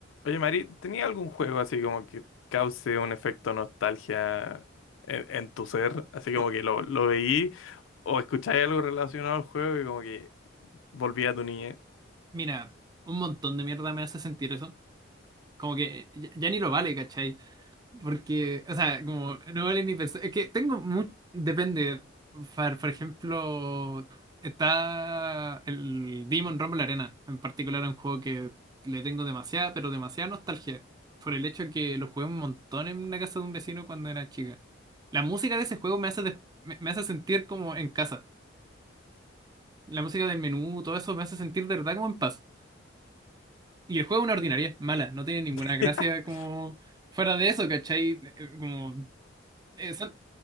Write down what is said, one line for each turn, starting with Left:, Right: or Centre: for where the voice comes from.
Left: Oye, Mari, ¿tenía algún juego así como que cause un efecto nostalgia en, en tu ser? Así como
Right: Oh,
Left: que lo, lo veí o escucháis algo relacionado al juego y como que volví a tu niñez.
Right: mira, un montón de mierda me hace sentir eso. Como que ya, ya ni lo vale, ¿cachai? Porque, o sea, como no vale ni pensar. Es que tengo mucho. Depende. Par- Por, ejemplo, está el Demon Rumble Arena. En particular, un juego que le tengo demasiada, pero demasiada nostalgia. Por el hecho que lo jugué un montón en una casa de un vecino cuando era chica. La música de ese juego me hace, des- me me hace sentir como en casa. La música del menú, todo eso me hace sentir de verdad como en paz. Y el juego es una ordinaria, mala, no tiene ninguna
Left: <laughs>
Right: gracia como fuera de eso, ¿cachai? Eh, Como, eh, son-